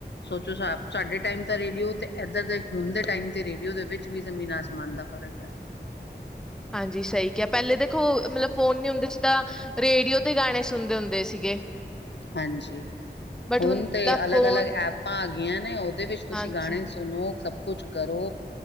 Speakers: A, on the left; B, in the centre.
A: ਸੋਚੋ ਸਾਡੇ ਟਾਈਮ ਤਾਂ ਰੇਡੀਓ ਤੇ ਇੱਧਰ ਦੇ ਹੁਣ ਦੇ ਟਾਈਮ ਤੇ ਰੇਡੀਓ ਦੇ ਵਿੱਚ ਵੀ ਜ਼ਮੀਨ ਆਸਮਾਨ ਦਾ ਫਰਕ ਹੈ।
B: ਹਾਂਜੀ ਸਹੀ ਕਿਹਾ ਪਹਿਲੇ ਦੇਖੋ ਮਤਲਬ ਫੋਨ ਨੀ ਹੁੰਦੇ ਸੀ ਤਾਂ ਰੇਡੀਓ ਤੇ ਗਾਣੇ ਸੁਣਦੇ ਹੁੰਦੇ ਸੀਗੇ।
A: ਹਾਂਜੀ
B: ਬਟ
A: ਹੁਣ ਤੇ
B: ਦਾ
A: ਅਲੱਗ
B: ਫੋਨ
A: ਅਲੱਗ ਐਪਾਂ ਆ ਗਈਆਂ ਨੇ ਉਹਦੇ ਵਿੱਚ ਤੁਸੀਂ
B: ਹਾਂਜੀ
A: ਗਾਣੇ ਸੁਣੋ ਸਭ ਕੁਛ ਕਰੋ।